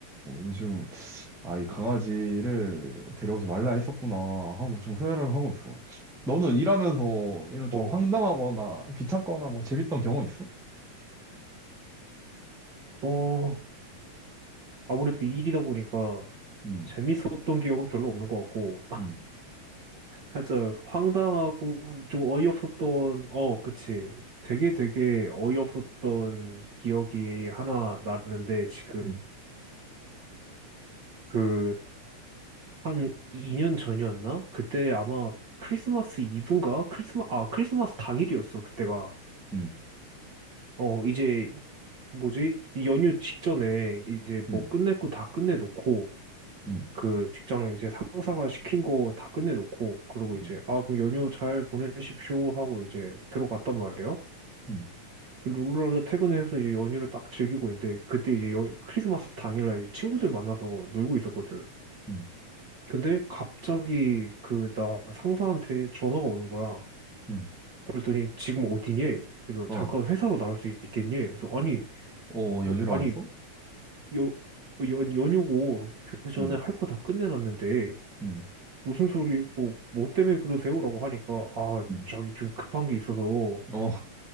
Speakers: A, in the centre; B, on the right (about 45°).
A: 요즘 아, 이 강아지를 데려오지 말라 했었구나 하고 좀 후회를 하고 있어. 너는 일하면서 이런 좀
B: 어,
A: 황당하거나 귀찮거나 뭐 재밌던 경험 있어?
B: 어. 아무래도 일이다 보니까
A: 음,
B: 재밌었던 기억은 별로 없는 것 같고,
A: 음,
B: 살짝 황당하고 좀 어이없었던, 어, 그치. 되게 되게 어이없었던 기억이 하나 나는데 지금
A: 음,
B: 그 한 2년 전이었나? 그때 아마 크리스마스 이브인가? 크리스마, 아, 크리스마스 당일이었어, 그때가.
A: 음,
B: 어, 이제 뭐지? 이 연휴 직전에 이제
A: 음,
B: 뭐 끝낼 거 다 끝내놓고
A: 음,
B: 그 직장 이제 상사가 시킨 거 다 끝내놓고 그러고
A: 음,
B: 이제 아, 그럼 연휴 잘 보내십시오 하고 이제 들어갔단 말이야.
A: 음,
B: 그 룰루라도 퇴근해서 이제 연휴를 딱 즐기고 있는데 그때 이제 여- 크리스마스 당일날 이제 친구들 만나서 놀고 있었거든.
A: 음,
B: 근데 갑자기 그 나 상사한테 전화가 오는 거야.
A: 음.
B: 그랬더니 지금 어디니? 그래서
A: 어,
B: 잠깐 회사로 나올 수 있겠니? 그래서 아니
A: 어,
B: 뭐
A: 연주라면서?
B: 아니 여 연, 연휴고 그 전에
A: 응,
B: 할 거 다 끝내놨는데
A: 응,
B: 무슨 소리 뭐 뭐 때문에 그러세요라고 하니까 아
A: 응,
B: 저기 좀 급한 게 있어서
A: 어,